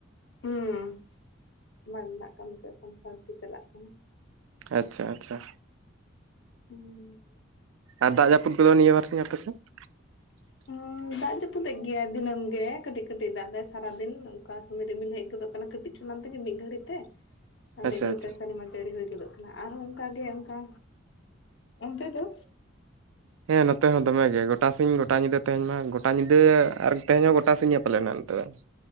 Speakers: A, on the left; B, on the right.
A: ᱦᱩᱸ, ᱢᱟᱴ ᱨᱮᱱᱟᱜ ᱠᱟᱹᱢᱤ ᱠᱚ, ᱮᱠᱷᱚᱱ ᱥᱟᱨᱫᱤ ᱪᱟᱞᱟᱜ ᱠᱟᱱᱟ᱾
B: ᱟᱪᱪᱷᱟ, ᱟᱪᱪᱷᱟ᱾
A: ᱦᱩᱸ᱾
B: ᱟᱨ ᱫᱟᱜ ᱡᱟᱹᱯᱩᱫ ᱠᱚᱫᱚ, ᱱᱤᱭᱟᱹ ᱵᱟᱨᱥᱤᱧ ᱟᱯᱮ ᱥᱮᱫ?
A: ᱦᱩᱸ
B: <unintelligible> <inaudible>
A: ᱫᱟᱜ ᱡᱟᱹᱯᱩᱫᱮᱜ ᱜᱮᱭᱟᱭ ᱫᱤᱱᱟᱹᱢ ᱜᱮ, ᱠᱟᱹᱴᱤᱡ, ᱠᱟᱹᱴᱤᱡ ᱫᱟᱜ ᱫᱟᱭ ᱥᱟᱨᱟᱫᱤᱱ, ᱚᱝᱠᱟ ᱥᱚᱢᱚᱭ ᱨᱤᱢᱤᱞ ᱦᱮᱡ ᱜᱚᱫᱚᱜ ᱠᱟᱱᱟ ᱠᱟᱹᱴᱤᱡ᱾ ᱚᱱᱟ ᱛᱮᱜᱮ, ᱢᱤᱫ ᱜᱟᱹᱲᱤ ᱛᱮ
B: <unintelligible> <inaudible>
A: ᱢᱤᱫ ᱜᱷᱟᱹᱲᱤᱡ
B: ᱟᱪᱪᱷᱟ
A: ᱛᱮ, ᱥᱮᱨᱢᱟ ᱡᱟᱹᱲᱤ ᱦᱩᱭ ᱜᱚᱫᱚᱜ ᱠᱟᱱᱟ, ᱟᱨᱦᱚᱸ ᱚᱱᱠᱟᱜ ᱜᱮ ᱚᱱᱠᱟ, ᱚᱱᱛᱮ ᱫᱚ?
B: ᱦᱮᱸ ᱱᱚᱛᱮ ᱦᱚᱸ ᱫᱚᱢᱮ ᱜᱮ, ᱜᱚᱴᱟ ᱥᱤᱧ ᱜᱚᱴᱟ ᱧᱤᱫᱟᱹ ᱛᱮᱦᱮᱧ ᱢᱟ, ᱜᱚᱴᱟ ᱧᱤᱫᱟᱹ, ᱟᱨ ᱛᱮᱦᱮᱧ ᱦᱚᱸ ᱜᱚᱴᱟ ᱥᱤᱧᱟᱭ ᱯᱟᱞᱮᱱ ᱦᱟᱜ ᱱᱚᱛᱮ ᱫᱚ᱾